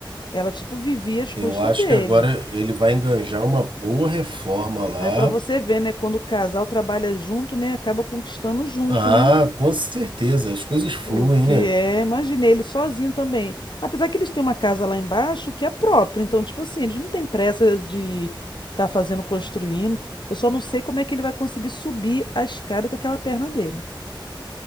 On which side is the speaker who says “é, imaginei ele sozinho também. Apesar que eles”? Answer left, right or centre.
Left